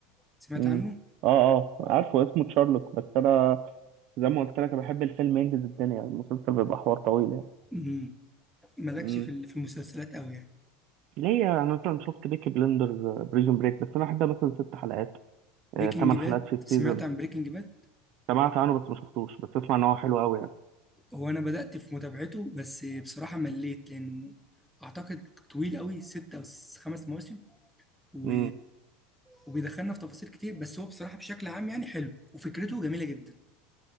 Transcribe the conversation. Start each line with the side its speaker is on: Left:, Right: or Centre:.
Centre: سمعت
Right: امم
Centre: عنه
Right: اه اه عارفه اسمه تشارلوك بس انا زي ما قلت لك انا بحب الفيلم ينجز الدنيا المسلسل بيبقى حوار طويل يعني
Centre: مم. مالكش
Right: امم
Centre: في ال- في المسلسلات قوي يعني
Right: ليا انا مثلا شفت بيكي بلندرز بريزون بريك بس انا احبها مثلا ست حلقات
Centre: بريكنج
Right: آه، تمن
Centre: باد
Right: حلقات في السيزون
Centre: سمعت عن بريكنج باد
Right: سمعت عنه بس ما شفتوش بس اسمع ان هو حلو قوي يعني
Centre: هو انا بدأت في متابعته بس بصراحة مليت لانه اعتقد طويل قوي ستة او س- خمس مواسم و...
Right: امم
Centre: وبيدخلنا في تفاصيل كتير بس هو بصراحة بشكل عام يعني حلو وفكرته جميلة جدا